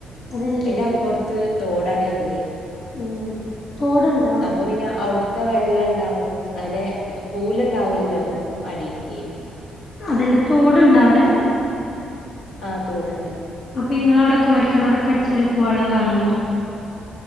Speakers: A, on the left (about 60°); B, on the left (about 80°).
A: അതല്ലേ
B: അതിന്റെ അപ്പുറത്ത് തോടാ വരുന്നേ
A: ഉം തോടുണ്ട്
B: അപ്പൊ പിന്നെ അ അവിടുത്തെ വെള്ളംണ്ടാവും അതെ പൂലുണ്ടാവുലല്ലോ അടിക്ക്
A: അതെല്ല തോടുണ്ടോ അവിടെ
B: ആ തോടുണ്ട്
A: അപ്പൊ ഇങ്ങള അവിടെ കോഴൽക്കണറൊക്കെ അടിച്ചാ ഉപ്പ് വെള്ളം കാണോ